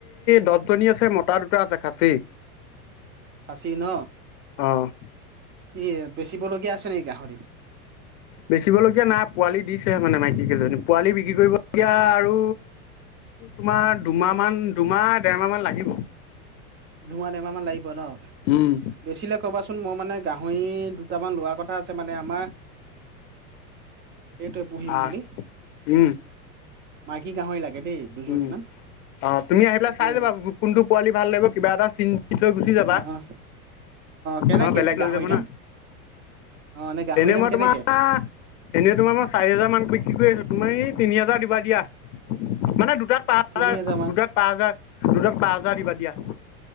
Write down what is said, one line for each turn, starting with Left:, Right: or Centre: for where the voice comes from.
Left: দশজনী আছে মতা দুটা আছে, খাচী।
Right: খাচি ন
Left: অ'
Right: ই বেচিবলগীয়া আছে নেকি গাহৰি
Left: বেচিব লগগীয়া নাই পোৱালি দিছেহে মানে মাইকী কেইজনী পোৱালি বিক্ৰী কৰিবলগীয়া আৰু তোমাৰ দুমাহ মান দুমাহ দেৰমাহ মান লাগিব
Right: ধোমাহমাহ মান লাগিব ন
Left: উম
Right: বেচিলে কবাচোন মই মানে গাহৰি মই দুটামান লোৱা কথা আছে মানে আমাৰ সেইটোৱে পুহিম
Left: আহ
Right: বুলি
Left: উম
Right: মাইকী গাহৰি লাগে দেই দুজনীমান
Left: উম অ তুমি আহি পেলাই
Right: তাকে
Left: চাই যাবা কোনটো পোৱালি ভাল লাগিব কিবা এটা চিন পিছৈ গুচি যাবা
Right: অ অ কেনেকে
Left: অ বেলেগ
Right: এনে
Left: লৈ
Right: গাহৰি
Left: যাব
Right: দাম
Left: না
Right: অ গাহৰি
Left: এনে
Right: দাম
Left: মই
Right: কেনেকে
Left: তোমাৰ এনে তোমাৰ মই চাৰি হাজাৰ মান বিক্ৰী কৰি আছো তোমাৰ ই তিনি হাজাৰ দিবা দিয়া মানে দুটা পাঁচ
Right: তিনি
Left: হাজাৰ
Right: মান
Left: দুটাত পচ হাজাৰ দুটাত পাঁ হাজাৰ দিবা দিয়া